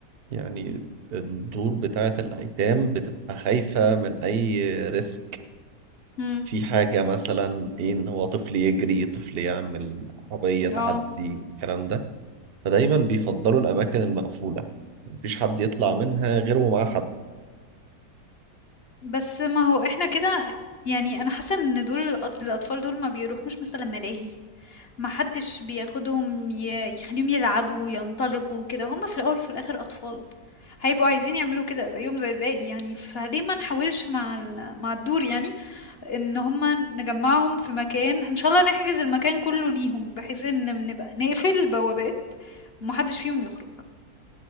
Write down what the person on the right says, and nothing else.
يعني الدور بتاعة الايتام بتبقى خايفة من اي ريسك
في حاجة مثلا إيه إن هو طفل يجري طفل يعمل عربية تعدي
الكلام ده فدايما بيفضلوا الأماكن المقفولة مفيش حد يطلع منها غير ومعاه حد